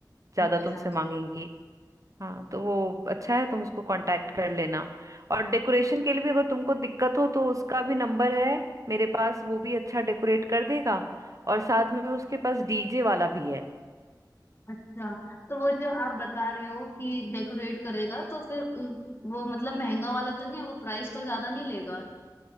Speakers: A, on the right; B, on the left.
A: ज्यादा
B: अच्छा
A: तुमसे मांगेंगी हाँ तो वो अच्छा है तुम उसको कांटेक्ट कर लेना और डेकोरेशन के लिए भी अगर तुमको दिक्कत हो तो उसका भी नंबर है मेरे पास वो भी अच्छा डेकोरेट कर देगा और साथ में उसके पास डीजे वाला भी है
B: अच्छा तो वो जो आप बता रहे हो कि डेकोरेट करेगा तो फिर उ- वो मतलब महंगा वाला तो नहीं है वो प्राइस तो ज्यादा नहीं लेगा